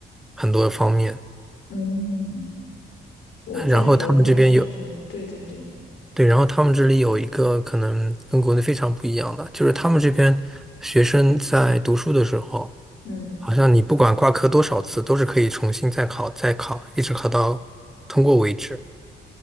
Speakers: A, in the centre; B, on the left.
A: 很多方面。
B: 嗯嗯我在国内上学，
A: 然后他们这边有，
B: 对对对，
A: 对，然后他们这里有一个可能跟国内非常不一样的，就是他们这边学生在读书的时候，
B: 嗯，
A: 好像你不管挂科多少次，都是可以重新再考，再考，一直考到通过为止。